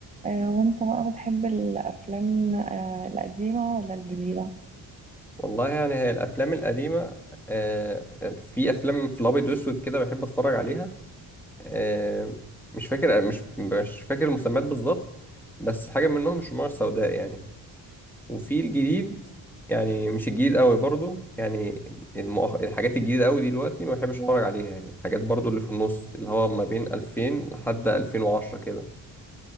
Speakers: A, on the right; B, in the centre.
A: آه، وانت بقى بتحب الافلام آه، القديمه ولا الجديده
B: والله يعني هي الافلام القديمه آه، في افلام في الابيض واسود كده بحب اتفرج عليها آه، مش فاكر مش مش فاكر المسميات بالظبط بس حاجه منهم الشموع السوداء يعني وفي الجديد يعني مش الجديد قوي برضو يعني المؤخ... الحاجات الجديده قوي دلوقتي ما بحبش اتفرج عليها يعني الحاجات برضو اللي في النص اللي هو ما بين 2000 لحد 2010 كده